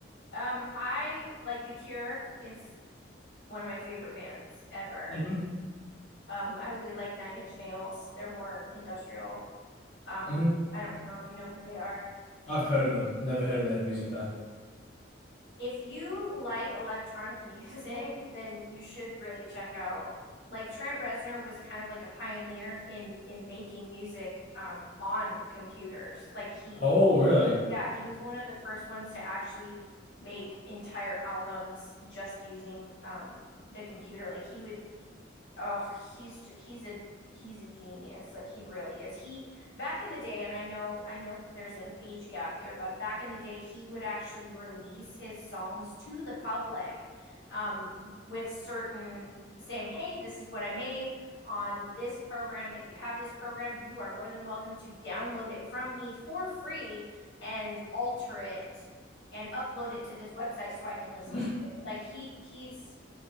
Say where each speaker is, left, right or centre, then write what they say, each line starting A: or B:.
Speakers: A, on the left; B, on the left.
A: um I like The Cure is one of my favorite bands ever.
B: hmm
A: Um I really like Nine Inch Nails. They're more industrial. Um
B: hmm
A: I don't know if you know who they are.
B: I've heard of them. Never heard of their music though.
A: if you like electronic <laughs> music, then you should really check out like Trent Reznor was kind of like a pioneer in in making music um on computers. Like he
B: Oh, really?
A: yeah, he was one of the first ones to actually make entire albums just using um the computer. Like he would oh he's he's a he's a genius like he really is he back in the day and i know i know there's an age gap here but back in the day he would actually release his songs to the public um, with certain saying hey this is what i made on this program if you have this program you are more than welcome to download it from me for free and alter it and upload it to this website so i can listen
B: <clears throat>
A: to it like he he's